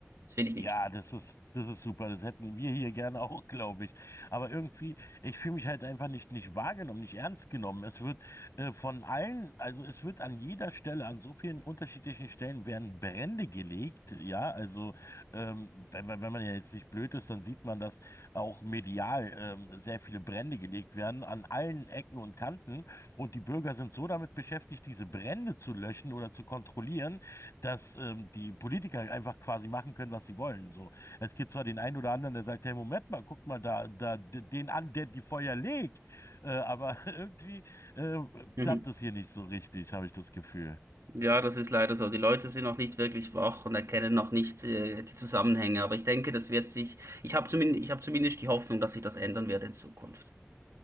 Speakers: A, on the right; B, on the left.
A: Das finde ich nicht
B: Ja,
A: schlimm.
B: das ist, das ist super. Das hätten wir hier gerne <laughs> auch, glaube ich. Aber irgendwie, ich fühle mich halt einfach nicht, nicht wahrgenommen, nicht ernst genommen. Es wird äh, von allen, also es wird an jeder Stelle, an so vielen unterschiedlichen Stellen werden Brände gelegt. Ja, also ähm, wenn, man- wenn man ja jetzt nicht blöd ist, dann sieht man, dass auch medial ähm, sehr viele Brände gelegt werden an allen Ecken und Kanten. Und die Bürger sind so damit beschäftigt, diese Brände zu löschen oder zu kontrollieren dass ähm, die Politiker einfach quasi machen können, was sie wollen. So, es gibt zwar den einen oder anderen, der sagt, hey, Moment mal, guck mal da, da d- den an, der die Feuer legt, äh, aber <laughs> irgendwie äh, klappt
A: Mhm.
B: das hier nicht so richtig, habe ich das Gefühl.
A: Ja, das ist leider so. Die Leute sind noch nicht wirklich wach und erkennen noch nicht äh, die Zusammenhänge. Aber ich denke, das wird sich, ich habe zumindest, ich habe zumindest die Hoffnung, dass sich das ändern wird in Zukunft.